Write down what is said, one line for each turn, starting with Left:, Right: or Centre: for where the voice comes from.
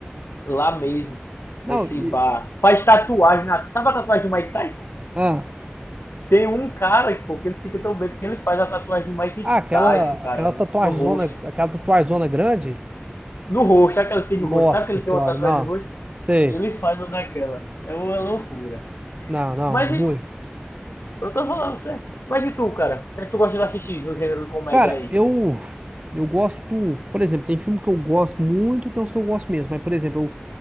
Left: lá mesmo, nesse
Right: não, e,
Left: bar. Faz tatuagem na. Sabe a tatuagem do Mike Tyson?
Right: ah,
Left: Tem um cara, pô, que ele fica tão bem, porque ele faz a tatuagem do Mike
Right: ah, aquela,
Left: Tyson, cara,
Right: aquela tatuagem
Left: no rosto.
Right: aquela tatuagem grande?
Left: No rosto, aquela que tem
Right: Nossa
Left: no rosto? Sabe que ele
Right: senhora,
Left: tem uma tatuagem
Right: não.
Left: no rosto?
Right: Sei.
Left: Ele faz uma daquela. É uma loucura.
Right: Não, não,
Left: Mas
Right: Zui.
Left: e, eu tô falando sério. Mas e tu, cara? O que é que tu gosta de assistir no gênero de comédia
Right: Cara,
Left: aí?
Right: eu eu gosto, por exemplo, tem filme que eu gosto muito, tem uns que eu gosto mesmo, mas por exemplo,